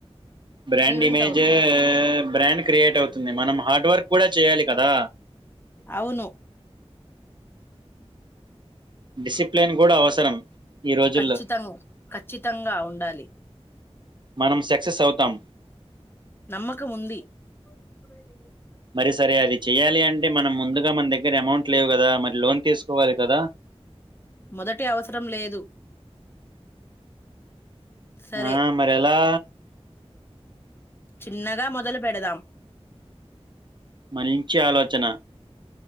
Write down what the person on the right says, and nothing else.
బ్రాండ్
ఇమేజు
బ్రాండ్ క్రియేట్ అవుతుంది మనం హార్డ్ వర్క్ కూడా చేయాలి కదా
డిసిప్లిన్ కూడా అవసరం ఈ రోజుల్లో
మనం సక్సెస్ అవుతాం
మరి సరే అది చెయ్యాలి అంటే మనం ముందుగా మన దగ్గర అమౌంట్ లేవు కదా మరి లోన్ తీసుకోవాలి కదా
ఆ మరి ఎలా
మంచి ఆలోచన